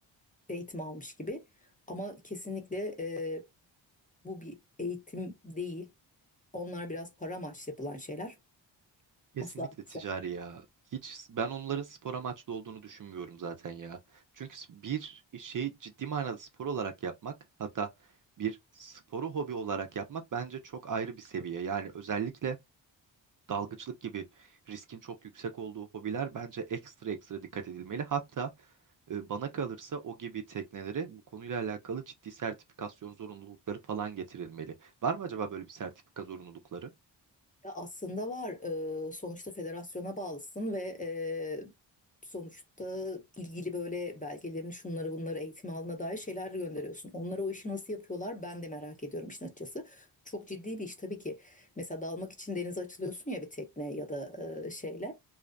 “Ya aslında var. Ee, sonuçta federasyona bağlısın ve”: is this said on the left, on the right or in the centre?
Left